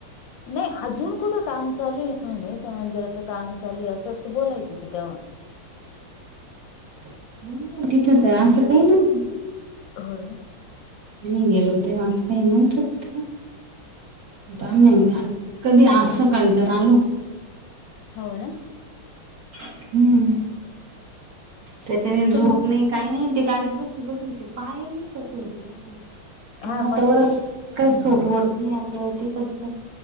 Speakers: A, on the left; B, on the right.
A: नाही, अजून कुठं काम चालू आहे म्हणे त्या मंदिराचं काम चालू आहे, असंच बोलायचं की तेव्हा.
B: <inaudible> नाही नाही तिथं तर असं काही नव्हतं.
A: होय ना?
B: मी गेलो होते, म असं काही नव्हत. आम्ही कधी आज सकाळी तर आलो.
A: <inaudible> होय ना?
B: हम्म त्याच्यानी झोप
A: तुम
B: नाही. काही नाही ते गाडीत बसून-बसून ते पाय नुसत सुजले असे. ते
A: हा
B: वातावरण,
A: मग ते हम्म
B: काय सूट होत नाही आपल्याला तिकडचं.